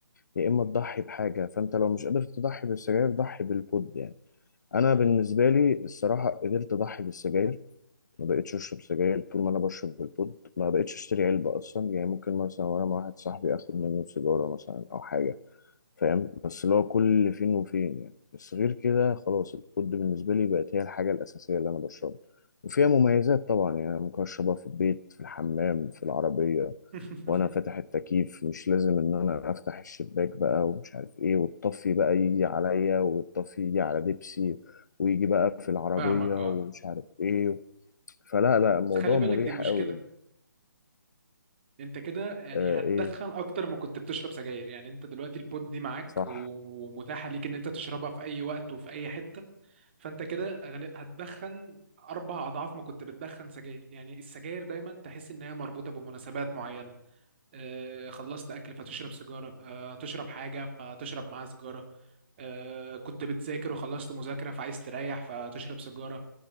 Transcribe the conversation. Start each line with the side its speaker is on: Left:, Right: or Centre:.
Left: يا اما تضحي بحاجه فانت لو مش قادر تضحي بالسجاير ضحي بالبود يعني انا بالنسبه لي الصراحه قدرت اضحي بالسجاير ما بقتش اشرب سجاير طول ما انا بشرب بالبود ما بقتش اشتري علبه اصلا يعني ممكن مثلا وانا مع واحد صاحبي اخد منه سيجاره مثلا او حاجه فاهم بس اللي هو كل فين وفين يعني بس غير كده خلاص الكود بالنسبة لي بقت هي الحاجة الأساسية اللي أنا بشربها وفيها مميزات طبعا يعني أنا ممكن أشربها في البيت في الحمام في العربية
Right: <laughs>
Left: وأنا فاتح التكييف مش لازم إن أنا أفتح الشباك بقى ومش عارف إيه والطفي بقى يجي عليا والطفي يجي على دبسي ويجي بقى في العربية
Right: فاهمك
Left: ومش
Right: اه
Left: عارف إيه فلا لا الموضوع
Right: بس خلي بالك
Left: مريح
Right: دي مشكله
Left: قوي
Right: انت كده يعني
Left: آه
Right: هتدخن
Left: إيه
Right: اكتر ما كنت بتشرب سجاير يعني انت دلوقتي البود دي معاك
Left: صح
Right: و- ومتاحه ليك ان انت تشربها في اي وقت وفي اي حته فانت كده غالب- هتدخن اربع اضعاف ما كنت بتدخن سجاير يعني السجاير دايما تحس انها مربوطه بمناسبات معينه آه، خلصت اكل فتشرب سيجاره آه، تشرب حاجه فتشرب معاها سيجاره آه، كنت بتذاكر وخلصت مذاكره فعايز تريح فتشرب سيجاره